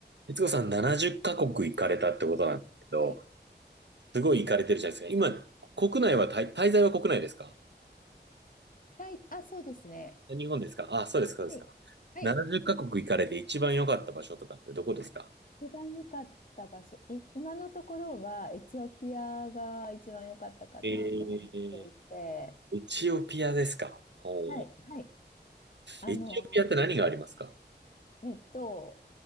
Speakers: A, on the right; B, on the left.
A: 悦子さん70カ国行かれたってことなんですけど、
B: はい。はい。
A: すごい行かれてるじゃないですか。今、国内は滞、滞在は国内ですか
B: はい。あ、そうですね。
A: 日本ですかあ、そうですか、そうですか。
B: はい。はい。
A: 70カ国行かれて一番良かった場所とかってどこですか
B: 一番良かった場所、い、今のところはエチオピアが一番良かったかなと思っていて、
A: えー、エチオピアですかほ
B: はい、はい。あの、
A: う。エチオピアって何がありますか
B: えっと、